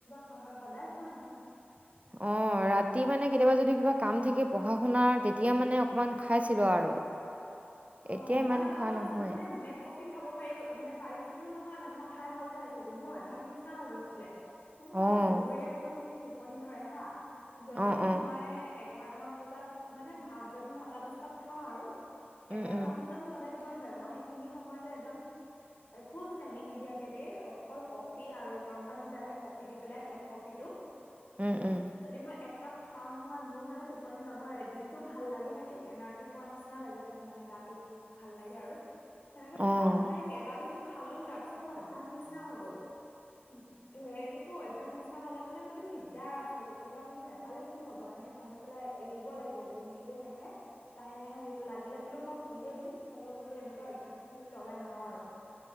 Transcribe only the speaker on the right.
<unintelligible> অ' ৰাতি মানে কেতিয়াবা যদি কিবা কাম থাকে পঢ়া শুনাৰ, তেতিয়া মানে অকমান খাইছিলোঁ আৰু। <inaudible>
এতিয়া ইমান
খোৱা নহয়।
অ',
অ', অ',
উম,
উম,
উম, উম,
অ',